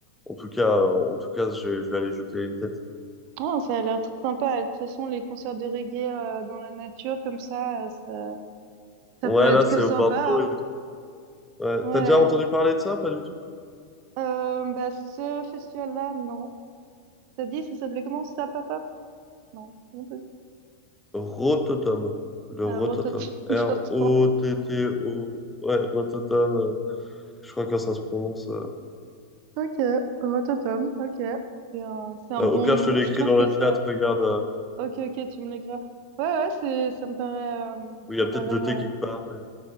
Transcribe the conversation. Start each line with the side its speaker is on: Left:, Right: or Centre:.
Centre: en tout cas, euh, en tout cas, je, je vais aller jeter une tête.
Right: Oh, ça a l'air très sympa. De toute façon, les concerts de reggae euh, dans la nature comme ça, euh, ça, ça
Centre: Ouais,
Right: peut être
Centre: là,
Right: que
Centre: c'est
Right: sympa.
Centre: au Bordeaux
Right: hein.
Centre: et tout. Ouais.
Right: Ouais.
Centre: T'as déjà entendu parler de ça? Pas du tout?
Right: Euh, bah, ce festival-là, non. T'as dit, ça s'appelait comment? Sapapap? Non. comment t'as dit?
Centre: Rototom. Le
Right: Euh,
Centre: Rototom.
Right: Rototom,
Centre: R-O-T-T-O.
Right: <laughs> pardon.
Centre: Ouais, Rototom. euh, je crois que ça se prononce. euh.
Right: Ok, Rototom, ok. C'est un, c'est un
Centre: Euh,
Right: bon
Centre: au pire,
Right: nom.
Centre: je te l'écris
Right: Je trouve
Centre: dans
Right: que
Centre: le
Right: c'est.
Centre: chat. Regarde. euh,
Right: Ok, ok, tu me l'écriras. Ouais, ouais, c'est, ça me paraît, euh,
Centre: oui,
Right: ça
Centre: il y a
Right: paraît.
Centre: peut-être deux T
Right: euh,
Centre: quelque part. mais